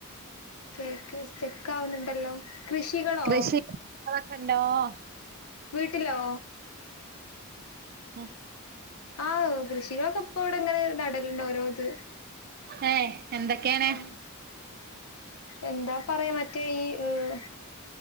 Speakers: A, on the left; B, on the right.
A: കേക്ക് സ്റ്റക്കാവുന്നുണ്ടല്ലോ കൃഷികളോ
B: കൃഷി <unintelligible>
A: വീട്ടിലോ
B: ഉമ്
A: ആഹ് കൃഷികളൊക്കെ ഇപ്പ ഇവിടെ ഇങ്ങനെ നടലുണ്ട് ഓരോ ഇത്
B: ഏഹ് എന്തൊക്കെയെണ്
A: ആഹ് എന്താ പറയാ മറ്റേ ഈ ഏഹ്